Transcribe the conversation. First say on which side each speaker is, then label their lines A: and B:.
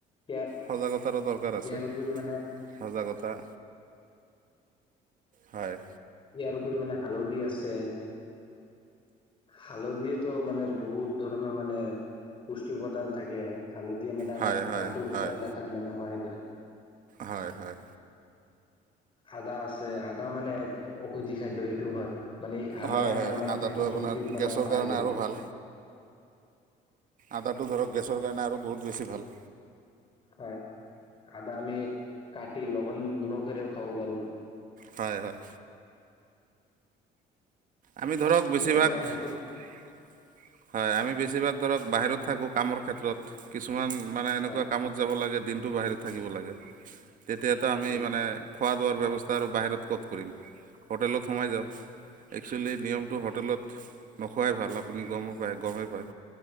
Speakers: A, on the left (about 30°); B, on the right (about 50°).
A: ইয়াৰ
B: সজাগতাৰো দৰকাৰ আছে।
A: ইয়াৰ উপৰি মানে
B: সজাগতা হয়।
A: ইয়াৰ উপৰি মানে হালধি আছে হালধিতো মানে বহুত ধৰণৰ মানে পুষ্টি উপাদান থাকে। হালধিয়ে মানে
B: হয়
A: আমাৰ
B: হয়
A: গাটো শুকাই
B: হয়
A: ৰাখাত মানে সহায় কৰে।
B: হয়, হয়।
A: আদা আছে, আদা মানে ঔষধি খাদ্য সেইটো হয়, মানে আদায়ে
B: হয় হয়
A: আমাৰ মানে
B: আদাটো
A: পাচন
B: আপোনাৰ
A: শক্তিত মানে
B: গেছৰ
A: সহায়
B: কাৰণে
A: কৰে।
B: আৰু ভাল আদাটো ধৰক গেছৰ কাৰণে আৰু বহুত বেছি ভাল।
A: হয়, আদা আমি কাটি লৱণ নিমখৰেও খাব পাৰোঁ।
B: হয়, হয়। আমি ধৰক বেছিভাগ
A: ত' মানে শেষত
B: হয়, আমি বেছিভাগ ধৰক বাহিৰত থাকোঁ। কামৰ ক্ষেত্ৰত কিছুমান মানে এনেকুৱা
A: হয়
B: কামত যাব লাগে দিনটো বাহিৰত থাকিব লাগে। তেতিয়াতো আমি
A: উম
B: মানে খোৱা লোৱাৰ ব্যৱস্থা আৰু বাহিৰত ক'ত কৰিম, হোটেলত সোমাই যাওঁ। একচুৱেলী নিয়মটো হোটেলত নোখোৱাই ভাল আপুনি গমো পায় গমেই পায়,